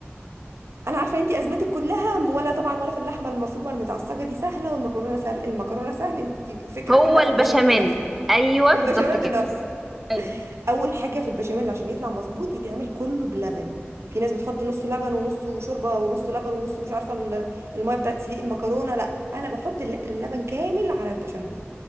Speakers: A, on the right (about 80°); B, in the centre.
A: انا عارفه ان انتي ازمتك كلها م- ولا طبعا ولا في اللحمه المفرومه المتعصجه دي سهله والمكرونه سهل المكرونه سهل انتي فكره
B: هو
A: كلها
B: البشاميل
A: في البشاميل نفسه
B: ايوه
A: البشاميل
B: بالظبط كده
A: نفسه
B: ايوه
A: اول حاجه في البشاميل عشان يطلع مظبوط يتعمل كله بلبن في ناس بتحط نص لبن ونصه شوربه ونص لبن ونص مش عارفه ال- الميه بتاعت سليق المكرونه لا انا بحط اللتر اللبن كامل على البشاميل